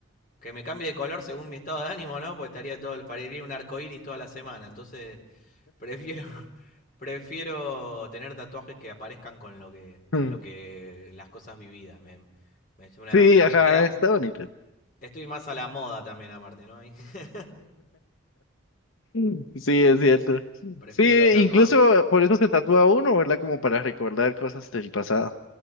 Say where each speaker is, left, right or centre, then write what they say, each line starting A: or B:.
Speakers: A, on the left; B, on the left.
A: Que me cambie de color según mi estado de ánimo, ¿no? Porque estaría todo, parecería un arcoíris toda la semana. Entonces, prefiero, <laughs> prefiero tener tatuajes que aparezcan con lo que, con
B: Mm.
A: lo que, las cosas vividas. Me, me, es una-
B: Sí,
A: me
B: ajá,
A: queda,
B: está bonito.
A: estoy más a la moda también aparte, ¿no? Ahí, <laughs>
B: Mm. Sí, es cierto. Mm.
A: prefiero
B: Sí,
A: los tatuajes.
B: incluso por eso se tatúa uno, ¿verdad? Como para recordar cosas del pasado,